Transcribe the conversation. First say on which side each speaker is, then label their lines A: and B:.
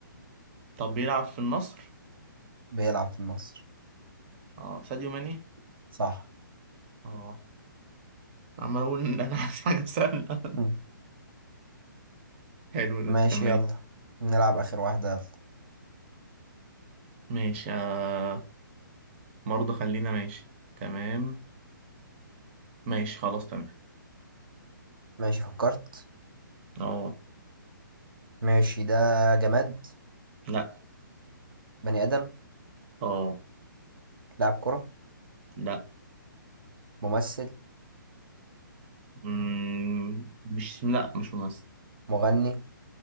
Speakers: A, on the right; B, on the right.
A: طب بيلعب في النصر
B: بيلعب في مصر
A: اه ساديو ماني
B: صح
A: اه عمال اقول ان انا عايز حاجه سهله
B: مم.
A: <laughs> حلو
B: ماشي
A: ده تمام
B: يلا نلعب اخر واحدة يلا
A: ماشي آه برضه خلينا ماشي تمام ماشي خلاص تمام
B: ماشي فكرت
A: اه
B: ماشي ده جماد
A: لا
B: بني ادم
A: اه
B: لاعب كرة
A: لا
B: ممثل
A: مم. مش لا مش ممثل
B: مغني